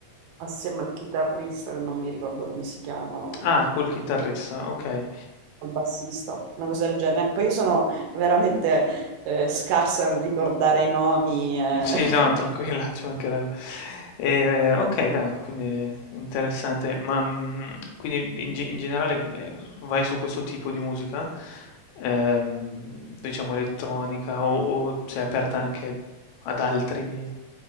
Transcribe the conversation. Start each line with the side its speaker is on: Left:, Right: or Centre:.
Right: assieme al chitarrista, che non mi ricordo come si chiama,
Left: Ah, col chitarrista, okay.
Right: al bassista, una cosa del genere. Poi io sono veramente eh, scarsa nel ricordare i nomi. eh.
Left: Sì, no, <laughs> tranquilla, ci mancherebbe. Ehm, okay, dai, no, quindi interessante. Ma, mhmm, quindi in ge in generale, ehm, vai su questo tipo di musica? Ehm, diciamo elettronica o o sei aperta anche ad altri